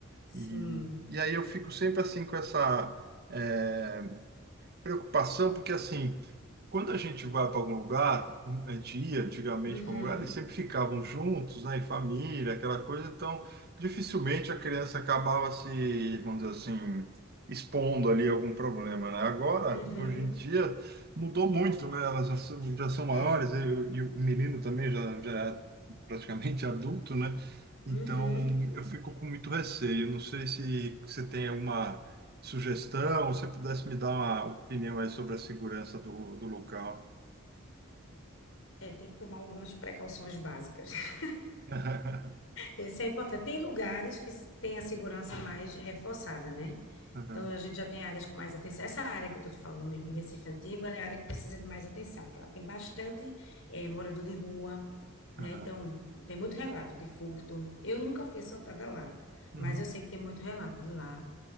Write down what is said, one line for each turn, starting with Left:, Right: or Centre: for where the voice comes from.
Right: E,
Left: Sim.
Right: e aí eu fico sempre assim com essa é, preocupação, porque assim, quando a gente vai para algum lugar, a gente ia antigamente
Left: Uhum.
Right: para algum lugar, eles sempre ficavam juntos, né, em família, aquela coisa, então dificilmente a criança acabava se, vamos dizer assim, expondo ali algum problema, né? Agora,
Left: Uhum.
Right: hoje em dia, mudou muito, né? Elas já são, já são maiores
Left: É.
Right: e, o e o menino também já, já é praticamente adulto, né? Então,
Left: Uhum.
Right: eu fico com muito receio. Não sei se você tem alguma sugestão, ou se você pudesse me dar uma opinião aí sobre a segurança do, do local.
Left: É, tem que tomar algumas precauções básicas. <laughs>
Right: <laughs>
Left: Isso é importante. Tem lugares que tem a segurança mais reforçada, né?
Right: Aham,
Left: Então, a gente já tem áreas com mais atenção. Essa área que eu estou falando mesmo do Recife Antigo, ela é a área que precisa de mais atenção, porque ela tem bastante eh, morador de rua, né?
Right: aham.
Left: Então, tem muito relato de furto. Eu nunca fui assaltada lá,
Right: Uhum,
Left: mas eu sei que tem muito relato de lá.